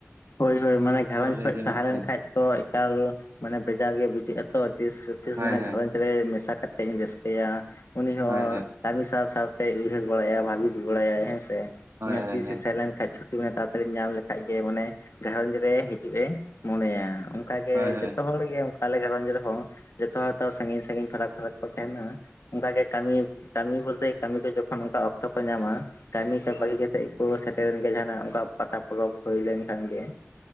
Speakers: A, on the left; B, on the right.
A: ᱦᱳᱭ ᱦᱳᱭ ᱢᱟᱱᱮ ᱜᱷᱟᱨᱚᱸᱡᱽ
B: ᱥᱚᱞᱦᱮ
A: ᱠᱷᱚᱡ
B: ᱜᱮ
A: ᱥᱟᱦᱟ
B: ᱵᱟᱹᱱᱩᱜ
A: ᱞᱮᱱ
B: ᱠᱟᱫᱟ
A: ᱠᱷᱟᱱᱡ ᱛᱚ ᱮᱠᱟᱞ ᱢᱟᱱᱮ ᱵᱷᱮᱡᱟᱨ ᱜᱮ ᱵᱩᱡᱷᱟᱹᱜ ᱟ ᱛᱚ ᱛᱤᱥ ᱛᱤᱥ
B: ᱦᱳᱭ
A: ᱢᱟᱱᱮ ᱜᱷᱟᱨᱚᱸᱧᱡᱽ ᱨᱮ ᱢᱮᱥᱟ ᱠᱟᱛᱮᱫ ᱤᱧ ᱨᱟᱹᱥᱠᱟᱹᱭᱟ ᱩᱱᱤ ᱦᱚᱸ
B: ᱦᱳᱭ ᱦᱳᱭ
A: ᱠᱟᱹᱢᱤ ᱥᱟᱶ ᱥᱟᱶ ᱛᱮ ᱩᱭᱦᱟᱹᱨ ᱵᱟᱲᱟᱭᱟ ᱵᱷᱟᱹᱵᱤᱛ ᱵᱟᱲᱟᱭ ᱦᱮᱸᱥᱮ
B: ᱦᱳᱭ
A: ᱚᱱᱟ ᱛᱤᱥᱮ
B: ᱦᱳᱭ
A: ᱥᱮᱱ ᱞᱮᱱ ᱠᱷᱟᱡ ᱪᱩᱴᱤ ᱢᱮ ᱛᱟᱲᱟᱛᱟᱲᱤ ᱧᱟᱢ ᱞᱮᱠᱷᱟᱡ ᱜᱮ ᱢᱟᱱᱮ ᱜᱷᱟᱨᱚᱸᱧᱡᱽ ᱨᱮ ᱦᱤᱡᱩᱜ ᱮ ᱢᱚᱱᱮᱭᱟ᱾ ᱚᱱᱠᱟ ᱜᱮ
B: ᱦᱳᱭ ᱦᱳᱭ
A: ᱡᱚᱛᱚ ᱦᱚᱲ ᱜᱮ ᱚᱱᱠᱟ ᱟᱞᱮ ᱜᱷᱟᱨᱚᱸᱡᱽ ᱨᱮᱦᱚᱸ ᱡᱚᱛᱚ ᱦᱚᱭ ᱛᱚ ᱥᱟᱺᱜᱤᱧ ᱥᱟᱺᱜᱤᱧ ᱯᱷᱟᱨᱟᱠ ᱯᱷᱟᱨᱟᱠ ᱠᱚ ᱛᱟᱦᱮᱱᱟ ᱚᱱᱠᱟ ᱜᱮ ᱠᱟᱹᱢᱤ ᱠᱟᱹᱢᱤ ᱵᱚᱞᱛᱮ ᱠᱟᱹᱢᱤ ᱠᱚ ᱡᱚᱠᱷᱚᱱ ᱚᱱᱠᱟ ᱚᱠᱛᱚ ᱠᱚ ᱧᱟᱢᱟ, ᱠᱟᱹᱢᱤ ᱠᱟ
B: ᱦᱳᱭ
A: ᱵᱟᱹᱜᱤ
B: ᱦᱳᱭ ᱦᱳᱭ
A: ᱠᱟᱛᱮᱫ ᱠᱚ ᱥᱮᱴᱮᱨᱮᱱ ᱜᱮᱭᱟ ᱡᱟᱦᱟᱱᱟᱜ ᱚᱱᱠᱟ ᱯᱟᱛᱟ ᱯᱚᱨᱚᱵᱽ ᱦᱩᱭ ᱞᱮᱱᱠᱷᱟᱱ ᱜᱮ